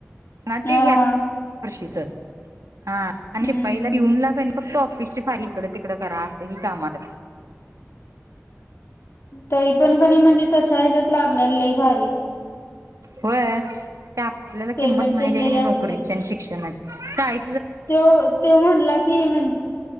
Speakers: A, on the right; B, on the left.
A: यांना -ते
B: हा
A: या
B: हा
A: -ह्यावर्षीच <inaudible> हा आणि
B: हम्म
A: -शिपाईला-
B: हम्म
A: पिऊन लाग फक्त ऑफिशची फार इकड- तिकडं करा असं ही काम अस
B: तरी पण कणी म्हणजे तशा ह्याच्यात लागलेल लय भारी
A: होय <inaudible> ते आपल्याला
B: पेमेंट
A: किंमत माहिती
B: तेन लई
A: आहे की नाही
B: असतय.
A: नोकरीची आणि शिक्षणाची चाळी
B: त्यो- त्यो म्हटला की म्ह